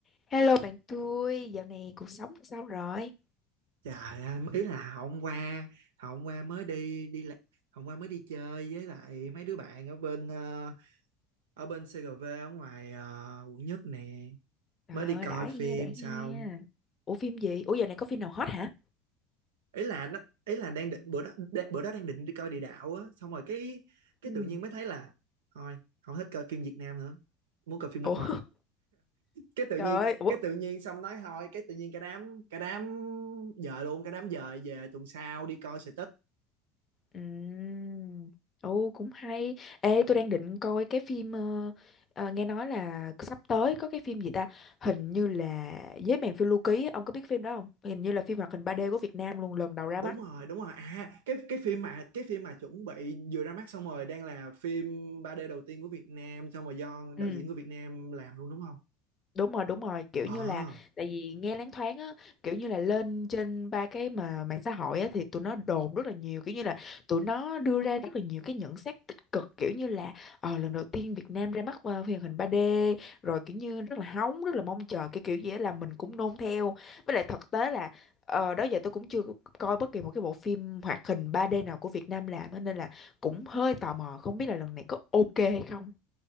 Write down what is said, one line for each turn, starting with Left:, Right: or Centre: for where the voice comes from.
Left: Hello bạn tôi, dạo này cuộc sống sao rồi?
Right: Trời ơi, ý là hôm qua, hôm qua mới đi đi la- hôm qua mới đi chơi với lại mấy đứa bạn ở bên ờ, ở bên CGV ở ngoài ờ, quận nhất nè,
Left: Trời
Right: mới đi
Left: ơi,
Right: coi
Left: đã
Right: phim
Left: he, đã he.
Right: xong.
Left: Ủa phim gì? Ủa dạo này có phim nào hot hả?
Right: Ý là nó ý là đang định bữa đó đe- bữa đó đang định đi coi địa đạo á, xong rồi cái cái
Left: Ừ.
Right: tự nhiên mới thấy là thôi, không thích coi phim Việt Nam nữa, muốn coi phim
Left: Ủa,
Right: nước ngoài.
Left: <laughs>
Right: Cái tự nhiên
Left: trời ơi, ủa.
Right: cái tự nhiên xong nói thôi, cái tự nhiên cả đám cả đám dời luôn, cả đám dời về tuần sau đi coi sự
Left: Ừm. Ồ, cũng hay. Ê, tôi đang định coi cái phim, ờ, ờ, nghe nói là sắp tới có cái phim gì ta? Hình như là Dế mèn phiêu lưu ký, á. ông có biết phim đó không? Hình như là phim hoạt hình ba d của Việt Nam luôn, lần đầu ra
Right: đúng
Left: mắt.
Right: rồi đúng rồi à cái cái phim mà cái phim mà chuẩn bị vừa ra mắt xong rồi đang là phim 3D đầu tiên của Việt Nam xong rồi do
Left: Ừ.
Right: đạo diễn người Việt Nam làm luôn đúng không
Left: đúng rồi đúng rồi kiểu
Right: ờ
Left: như là tại vì nghe loáng thoáng á kiểu như là lên trên ba cái mà mạng xã hội á thì tụi nó đồn rất là nhiều kiểu như là tụi nó đưa ra rất là nhiều cái nhận xét tích cực kiểu như là ờ lần đầu tiên Việt Nam ra mắt ờ, phim hoạt hình 3D rồi kiểu như rất là hóng rất là mong chờ cái kiểu gì á là mình cũng nôn theo với lại thực tế là ờ, đó giờ tôi cũng chưa coi bất kỳ một cái bộ phim hoạt hình 3D nào của Việt Nam làm á nên là cũng hơi tò mò không biết là lần này có ok hay không